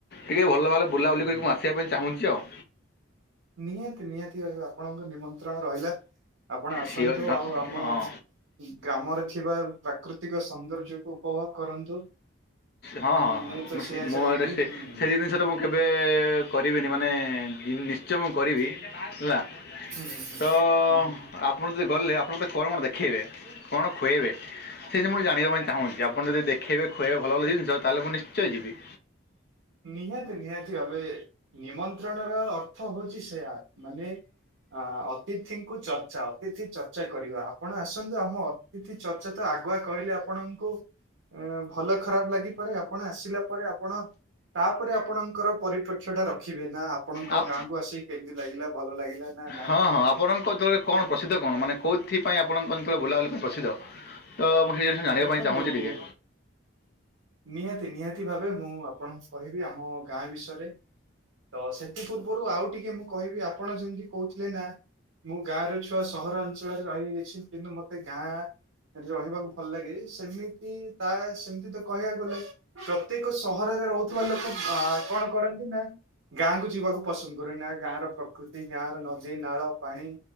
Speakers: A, on the left; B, on the right.
A: ଟିକେ ଭଲ ଭବାରେ ବୁଲାବୁଲି
B: ହୁଁ
A: କରିକି
B: ହୁଁ।
A: ମୁଁ ଆସିବା ପାଇଁ ଚାହୁଁଛି ଆଉ।
B: ନିହାତି ନିହାତି। ତି ଆପଣଙ୍କୁ ନିମନ୍ତ୍ରଣ ରହିଲା ଆପଣ ଆସନ୍ତୁ
A: ସିଓର ହଁ
B: ଆଉ ଆମ
A: ହଁ
B: ଗ୍ରାମରେ ଥିବା ପ୍ରାକୃତିକ ସୌନ୍ଦର୍ଯ୍ୟକୁ ଉପଭୋଗ କରନ୍ତୁ।
A: ହଁ <unintelligible>
B: ଉଁ, ମୁଁ ତ
A: ହଁ
B: ସେଇଆ
A: ମୋ
B: ଚାହିଁବି
A: ସେଇ
B: ହୁଁ ହୁଁ
A: ଜିନିଷ ତ ମୁଁ କେବେ କରିବେନି ମାନେ ନି <unintelligible> ମୁଁ କରିବି ହେଲା
B: ହୁଁ ହୁଁ।
A: ତ ଆ
B: ହୁଁ ହୁଁ ହୁଁ
A: ଆପଣ ଯଦି ଗଲେ ଆପଣ ମୋତେ କଣ କଣ ଦେଖେଇବେ କଣ ଖୁଏଇବେ? ସେଥିିନି ମୁଁ ଜାଣିବା ପାଇଁ ଚାହୁଁଛି ଆପଣ ଯଦି ଦେଖବେ ଖୁଆବେ ଭଲ ଜିନିଷ ତାହେଲେ ମୁଁ ନିଶ୍ଚୟ ଯିବି।
B: ନିହାତି ନିହାତି ଏବେ ନିମନ୍ତ୍ରଣ ର ଅର୍ଥ ହଉଛି ମାନେ ଅତିଥିଙ୍କୁ ଚର୍ଚ୍ଚା ଅତିଥି ଚର୍ଚ୍ଚା କରିବା ଆପଣ ଆସ ଆମ ଅତିଥି ଚର୍ଚ୍ଚା ତ ଆଗୁଆ କହିଲେ ଆପଣଙ୍କୁ ଏ ଭଲ ଖରାପ ଲାଗିପାରେ ଆପଣ ଆସିଲା ପରେ ଆପଣ ତାପରେ ଆପଣଙ୍କର ପରିପ୍ରେକ୍ଷ୍ୟ ଟା ରଖିବେ ନା ଆପଣଙ୍କ
A: ଆଉ
B: ଗାଁକୁ ଆସିକି କେମିତି ଲାଗିଲା ଭଲ ଲାଗିଲା। ନା ନାଇଁ
A: ହଁ
B: ନା
A: ହଁ ଆପଣଙ୍କ ଅଞ୍ଚଳରେ କଣ ପ୍ରସିଦ୍ଧ କଣ ମାନେ କେଉଁଥିପାଇଁ ଆପଣଙ୍କ ଅଞ୍ଚଳରେ ବୁଲାବୁଲି ପାଇଁ ପ୍ରସିଦ୍ଧ? ତ ମୁଁ ସେ ଜିନିଷ ଜାଣିବା
B: ଦେଖନ୍ତୁ
A: ପାଇଁ ଚାହୁଁଛି ଟିକେ
B: ନିହାତି ନିହାତି ଭାବେ ମୁଁ ଆପଣଙ୍କୁ କହିବି ଆମ ଗାଁ ବିଷୟରେ ତ ସେଥି ପୂର୍ବରୁ ଆଉ ଟିକେ ମୁଁ କହିବି ଆପଣ ଯେମିତି କହୁଥିଲେ ନା ମୁଁ ଗାଁ ର ଛୁଆ ସହର ଅଞ୍ଚଳରେ ରହିଯାଇଛି କିନ୍ତୁ ମତେ ଗାଁ ଏଠି ରହିବାକୁ ଭଲ ଲାଗେ ସେମିତି ତା ସେମିତି ତ କହିବାକୁ ଗଲେ ପ୍ରତ୍ୟେକ ସହରରେ ରହୁଥିବା ଲୋକ କଣ କରନ୍ତି ନା ଗାଁକୁ ଯିବାକୁ ପସନ୍ଦ କରୁନି। ନା ଗାଁର ପ୍ରକୃତି, ଗାଁର ନଦୀ, ନାଳ, ପାଣି